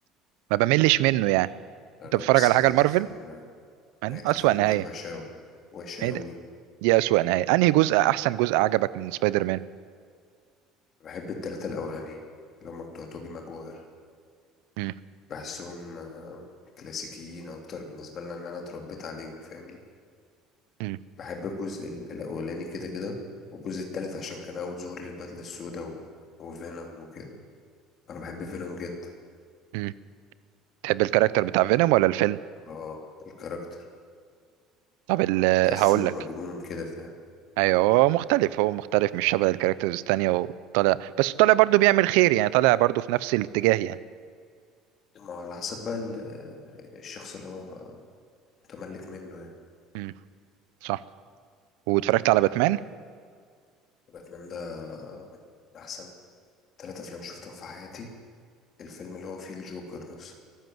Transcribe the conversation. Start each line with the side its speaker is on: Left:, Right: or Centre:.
Right: ما بملش منه يعني
Left: لا
Right: أنت
Left: لا
Right: بتتفرج
Left: بس
Right: على
Left: نهاية
Right: حاجة لمارفل
Left: الفيلم
Right: يعني
Left: نهاية
Right: أسوأ
Left: الفيلم
Right: نهاية
Left: كانت وحشة أوي وحشة
Right: إيه
Left: أوي
Right: ده دي أسوأ نهاية أنهي جزء أحسن جزء عجبك من سبايدر مان
Left: بحب التلاتة الأولانيين اللي هما بتوع توبي ماجواير
Right: مم.
Left: بحسهم آه، كلاسيكيين أكتر بالنسبة لنا إن أنا اتربيت عليهم فاهمني
Right: مم.
Left: بحب الجزء ال- الأولاني كده كده والجزء التالت عشان كان أول ظهور للبدلة السوداء و... وفينوم وكده أنا بحب فينوم جدا
Right: مم. تحب الكاركتر بتاع فينوم ولا الفيلم؟
Left: اه الكاركتر
Right: طب ال-
Left: تحسه
Right: هقولك
Left: مجنون كده فاهم
Right: ايوه هو مختلف هو مختلف مش شبه الكاركترز التانية وطالع بس طالع برضو بيعمل خير يعني طالع برضو في نفس الاتجاه يعني
Left: ما هو على حسب بقى ال- الشخص اللي هو متملك منه يعني
Right: امم صح واتفرجت على باتمان
Left: باتمان ده من أحسن تلات أفلام شفتهم في حياتي الفيلم اللي هو فيه الجوكر نفسه